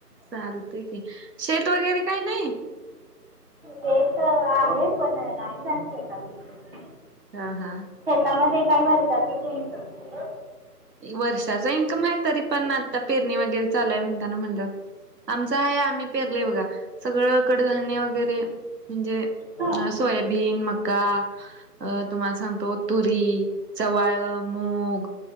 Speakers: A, on the right; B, on the right.
A: चालतेय की शेत वगैरे काही नाही.
B: ते तर आहे पण नाही रात.
A: हा हा.
B: शेतामध्ये काही वरताचं टेन्सनच.
A: वर्षाचा इन्कम आहे तरी पण न्यात. आता पेरणी वगैरे चालूय म्हणताना म्हणलं आमचं आहे आम्ही पेरले बघा. सगळं कडधान्य वगैरे म्हणजे
B: हां
A: हा सोयाबीन, मका अ तुम्हाला सांगतो तुरी चवाळ मूग.